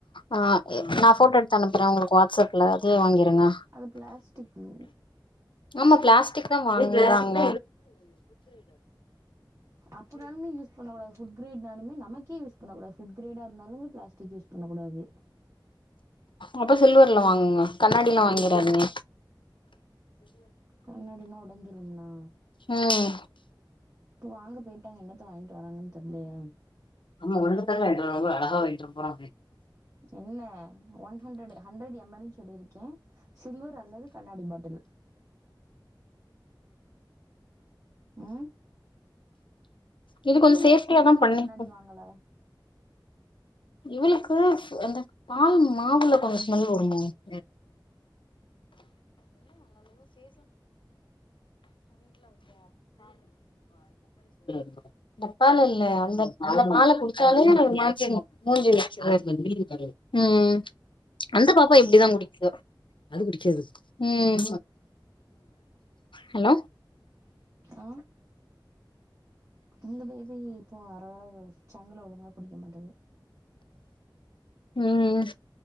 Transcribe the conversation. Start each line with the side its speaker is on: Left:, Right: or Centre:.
Left: ஆ நா போட்டோ எடுத் அனுப்புறே உங்களுக்கு வாட்ஸ்ஸப்ல அதயு வாங்கிருங்க
Right: ஃப்ளாஸ்டிக்கு
Left: ஆமா ஃப்ளாஸ்டிக் தா வாங்குறாங்க
Right: அப்புனாலுமே யூஸ் பண்ணக் கூடாது ஃபுட்க்ரீட்னாலுமே நமக்கே யூஸ் பண்ணக்கூடாது ஃபுட்கிரேட்டா இருந்தாலுமே ப்ளாஸ்டிக் யூஸ் பண்ணக் கூடாது
Left: அப்ப சில்வர்ல வாங்குங்க கண்ணாடில்லா வாங்கிடாதிங்க
Right: கண்ணாடின்னா ஒடஞ்சுரும்னா
Left: ம்
Right: இப்ப வாங்க பொயிட்டாங்க என்னத்த வாங்கிட்டு வராங்கன் தெர்லயே
Left: ஆமா உனக்கு தானா வாங்கிட்டு வருவாங்க அழகா வாங்கிட்டு வர போறங்க
Right: என்ன ஒன் ஹண்டரட் ஹண்ட்ரட் எம்எல்ன்னு சொல்லியிருக்கே சில்வர் அல்லது கண்ணாடி பாட்டில் ம்
Left: இது
Right: நீங்க
Left: கொஞ்சோ சேஃப்டியா
Right: ஏ சில்வர்
Left: தா
Right: இல்ல
Left: பண்ணி
Right: கண்ணாடி வாங்கல
Left: இவளுக்கு அந்த பால் மாவுல கொஞ்ச ஸ்மல் வருமே <inaudible> <inaudible> டப்பால இல்ல அந்த அந்த பால குடுச்சாலே <unintelligible> மூஞ்சில அடிச்சுரு ம் அந்த பாப்பா இப்டிதா குடிக்கு ம் ஹலோ
Right: ஆ இந்த பேபி இப்போ வர வர சங்குல ஒழுங்கா குடிக்க மாட்டேகுது
Left: ம் ம்